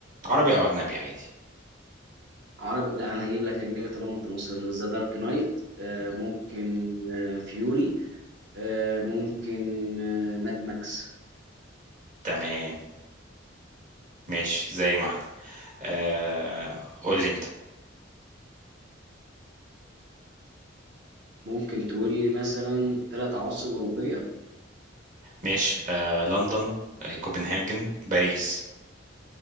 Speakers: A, on the right; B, on the right.
A: عربي أو أجنبي عادي
B: عربي لا انا هجيب لك اجنبي طالما انت مصر ذا دارك نايت آه،
A: تمام
B: ممكن آه، فيوري آه، ممكن آه، ماد ماكس
A: تمام ماشي زي ما احنا آه قول لي انت
B: ممكن تقول لي مثلا ثلاث عواصم أوروبية
A: ماشي آه لندن آه كوبنهاجن باريس